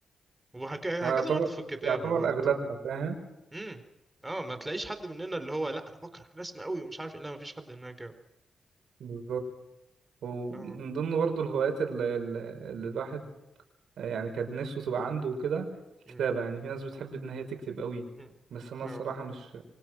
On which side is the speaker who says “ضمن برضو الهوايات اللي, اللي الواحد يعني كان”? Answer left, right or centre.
Right